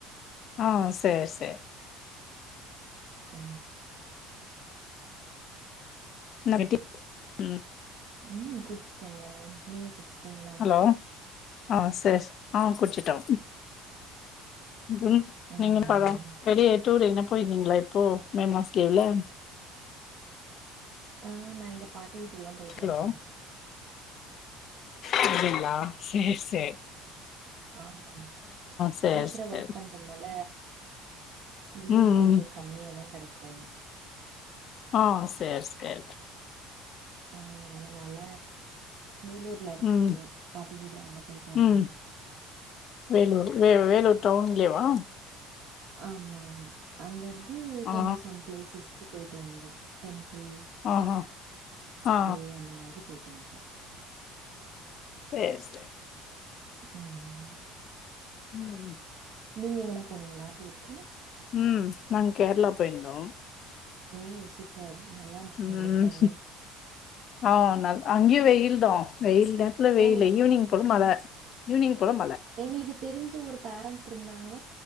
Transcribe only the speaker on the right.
ஆ.
உம் குடிச்சுட்டேங்க நீங்க குடிச்சிட்டீங்களா
ம்.
ஆ நா எங்க பாட்டி வீட்டுக்கு தா போயிட்டு
வந்தே
ஆம்மா
டீச்சரா
ஒர்க் பண்றதுனால லீவ்
கொஞ்சோ
கம்மியாதா கெடக்கூ
ஆ அதனால வேலூர்ல இருக்கு
பாட்டி வீடு அங்க போய்ட்டு வந்தே
ஆம்மா அங்கருந்து
கொஞ்சோ சம் பிளேசஸ்க்கு போய்ட்டு வந்தோ டெம்ப்பில்
க்கு அந்த மாரி போய்ட்டு வந்த்ட்டோ
உம்
நீங்க எங்கனா போனீங்ளா டூர்க்கு
ஓ சூப்பர் நல்லாருந்து இருக்குங்ளே
கிளைமேட்
ஓ!
எங்ளுக்கு தெரிஞ்ச ஒரு பேரண்ட் இருந்தாங்க